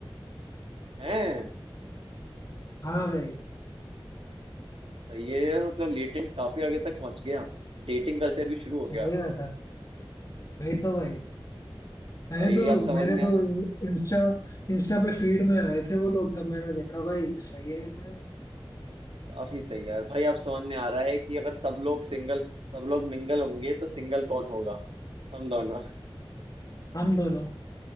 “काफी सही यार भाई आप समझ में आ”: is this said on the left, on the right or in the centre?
Right